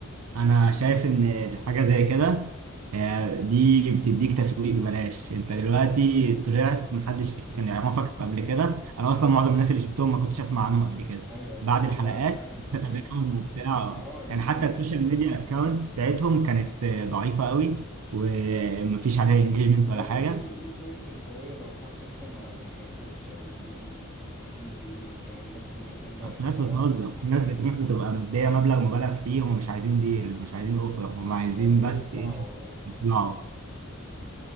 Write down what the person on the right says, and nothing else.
انا شايف ان حاجه زي كده آه، دي بتديك تسويق ببلاش انت دلوقتي طلعت محدش كان يعرفك قبل كده انا اصلا معظم الناس اللي شفتهم ما كنتش اسمع عنهم قبل كده
بعد الحلقات
انت تابعهم وبتاع
يعني حتى السوشيال ميديا اكونتس بتاعتهم كانت آه، ضعيفه قوي ومفيش عليها انجيجمنت
ولا
حاجه
الناس بتهزر
الناس بتروح بتبقى مديه مبلغ مبالغ فيه هم مش عايزين ديل مش عايزين اوفر هم عايزين
بس
ايه
يطلعوا